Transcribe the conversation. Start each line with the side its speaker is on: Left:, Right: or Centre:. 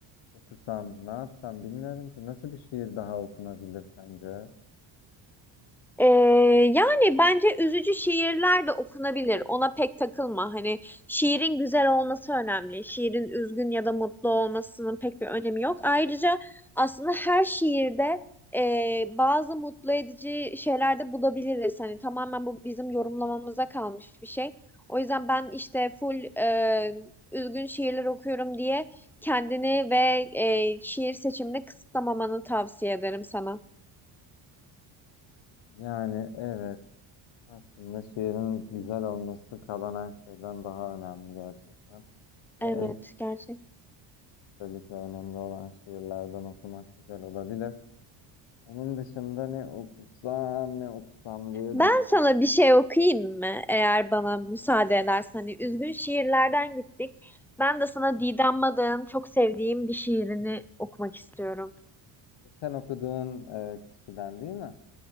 Left: okusam? Ne yapsam bilmiyorum ki. Nasıl bir şiir daha okunabilir sence?
Centre: Ee, yani bence üzücü şiirler de okunabilir. Ona pek takılma. Hani şiirin güzel olması önemli. Şiirin üzgün ya da mutlu olmasının pek bir önemi yok. Ayrıca aslında her şiirde e, bazı mutlu edici şeyler de bulabiliriz. Hani tamamen bu bizim yorumlamamıza kalmış bir şey. O yüzden ben işte full e, üzgün şiirler okuyorum diye kendini ve e, şiir seçimini kısıtlamamanı tavsiye ederim sana.
Left: Yani evet. Aslında şiirin güzel olması kalan her şeyden daha önemli gerçekten. Ve
Centre: Evet,
Left: ön-
Centre: gerçekten.
Left: özellikle önemli olan şiirlerden okumak güzel olabilir. Onun dışında ne okusam ne okusam diye
Centre: Ben
Left: düşünüyorum.
Centre: sana bir şey okuyayım mı? Eğer bana müsaade edersen. Hani üzgün şiirlerden gittik. Ben de sana Didem Madak'ın çok sevdiğim bir şiirini okumak istiyorum.
Left: Geçen okuduğun e, kişiden değil mi?